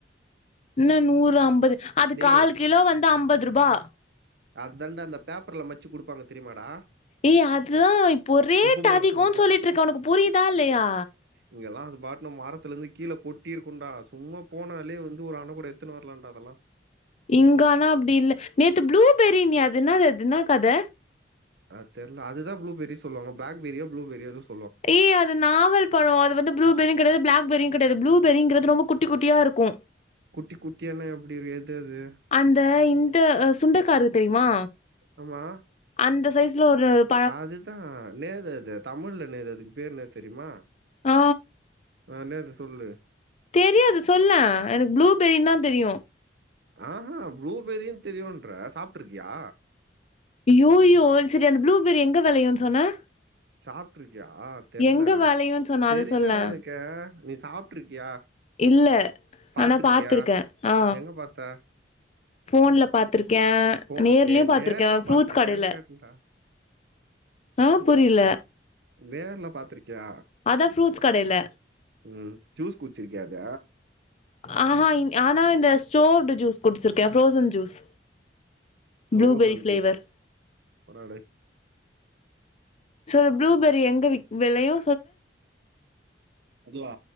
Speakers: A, on the left; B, on the right.
A: என்ன நூறு அம்பது அது
B: டேய்
A: கால் கிலோ வந்து அம்பதுருபா
B: அத்தாண்டா அந்தப் பேப்பர்ல மச்சு குடுப்பாங்க தெரியுமாடா
A: ஏய் அதுதா இப்போ ரேட்டதிகோன்
B: உப்பு மொளகாத்தூள் போட்டு
A: சொல்லிட்ருக்க ஒனக்கு புரிதா இல்லயா
B: இங்கலா அது பாட்னும் மரத்துலந்து கீழ கொட்டி இருக்குன்டா சும்மா போனாலே வந்து ஒரு அண்ண கூட எத்துனு வர்லான்டா அதல்லா
A: இங்கானா அப்டி இல்ல நேத்து ப்ளூபெரின்னியே அது என்னாது அது இன்னா கத
B: அத் தெர்ல அதுதா ப்ளூபெரி சொல்லுவாங்க பிளாக்பெரியோ ப்ளூபெரியோ எதோச்
A: ஏ அது நாவல்ப் பழ அது வந்து புளூ பெரியுங் கெடையாது பிளாக் பெரியுங் கெடையாது புளூ பெரிங்கிறது ரொம்ப குட்டி குட்டியாருக்கு
B: குட்டி குட்டியானா எப்டிருக் எது அது
A: அந்த இந்த அ சுண்டக்கா இருக்கு தெரியுமா
B: ஆமா
A: அந்த சைஸ்ல ஒருப்
B: அதுதா நேரது தமிழ்ல நேரு அதுக்கு பேரு என்னத் தெரியுமா
A: ஆ
B: அ நேது சொல்லு
A: தெரியாது சொல்லே எனக்கு ப்ளூபெரின்தா தெரியு
B: ஆஹா ப்ளூபெரியின் தெரியுன்ற சாப்ட்ருக்கியா
A: யோயோ செரி அந்த ப்ளூபெரி எங்க வெளையுன் சொன்ன
B: சாப்ட்ருக்கியா தெர்ல
A: எங்க வெளையுன் சொன்ன
B: தெரிலடா
A: அத சொல்லே
B: எனக்கே நீ சாப்ட்ருக்கியா
A: இல்ல
B: பாத்ருக்கியா
A: ஆனா பாத்திருக்கே ஆ
B: எங்க பாத்தா
A: ஃபோன்ல பாத்ருக்கே
B: போ
A: நேர்லியும்
B: ஏய்
A: பாத்ருக்கே
B: நேர்ல
A: ஃப்ரூட்ஸ்
B: பாத்திருக்கியான்னு
A: கடைல
B: கேட்டேன்டா.
A: ஆ புரில
B: வேர்ல பாத்ருக்கியா
A: அதா ஃப்ரூட்ஸ் கடைல
B: ம் ஜூஸ் குச்சிருக்கியா அத
A: ஆஹா இன் ஆனா இந்த ஸ்டோர்டு ஜூஸ் குடிச்சிருக்கே frozen juice
B: frozen
A: blueberry flavour
B: juice போடா டேய்
A: சொல்லு ப்ளூபெரி எங்க விக் வெளையு
B: அதுவா